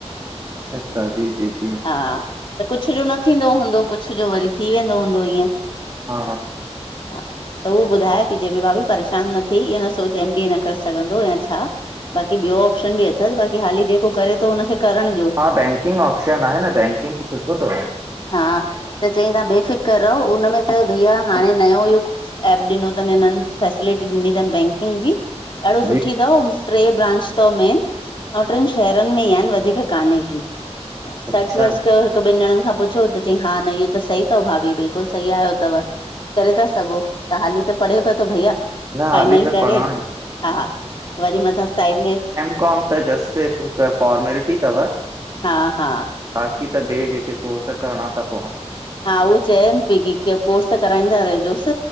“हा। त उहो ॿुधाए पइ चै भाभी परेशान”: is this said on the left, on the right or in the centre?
Left